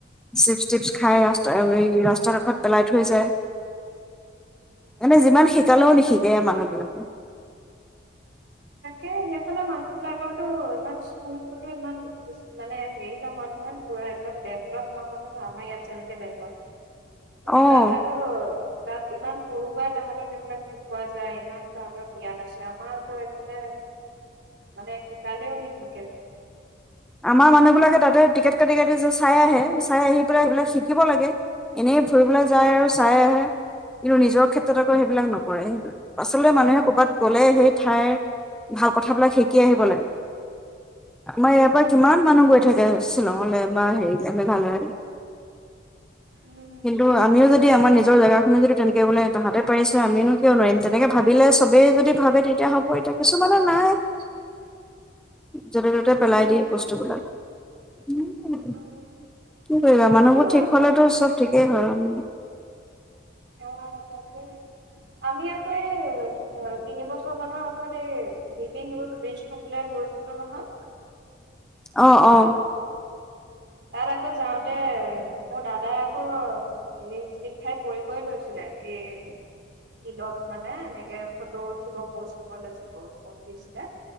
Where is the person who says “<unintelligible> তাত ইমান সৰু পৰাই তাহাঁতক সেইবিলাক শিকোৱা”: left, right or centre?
Right